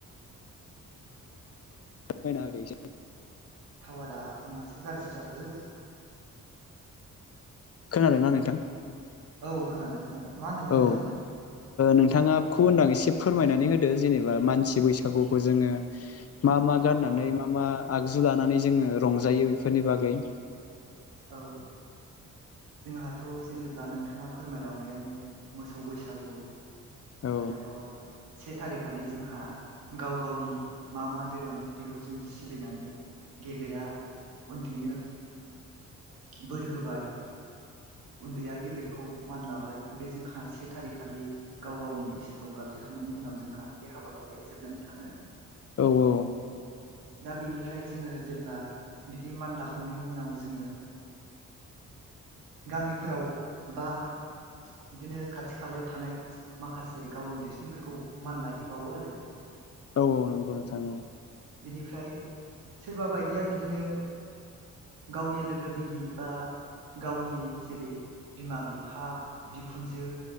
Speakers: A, on the left; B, on the right.
A: मायै
B: टावारा आंनासो गाज्रि जाखो
A: खोनादों ना नोंथां?
B: औ खोनाबाय खोनाबाय मा होनदोंमोन
A: औ
B: नोंथां?
A: नोंथाङाखौ होनदां एसे फोरमायनानै होदो जेनेबा मानसि बैसागुखौ जोङो मा मा गाननानै
B: औ
A: मा मा आगजु लानानै जोङो रंजायो? फोरनि बागै
B: औ जोंहाथ' जेनेब्ला नोंथाङा फोरमाय लांबायानो मोसौ बैसागु
A: औ
B: आरोबाव से थारिख खालि जोंहा गाव गावनि मा मा धोरोम बेखौ जों सिबिनानै गेदेरा उन्दैनो बोर होबाय उन्दैया गेदेरखौ मान लाबाय बे जोंहा से थारिखालि गाव गावनि इसोरखौ गाबज्रिखांनायनि उनाव जोंहा बे हाबाफारिया जोबनानै थाङो
A: औ औ
B: दा बिनिफ्राय जोंङो जेब्ला बिदि मान लाखांनायनि उनाव जोंङो गामिफोराव बा बिदिनो खाथि खालायाव थानाय माखासे गावनि देरसिनफोरखौ मान लाहैबावो आरो
A: औ औ नंगौ नोंथां औ
B: बिनिफ्राय सोरबा बायदिया बिदिनो गावनि लोगो दिगि बा गावनि जेरै बिमा बिफा बिखुनजो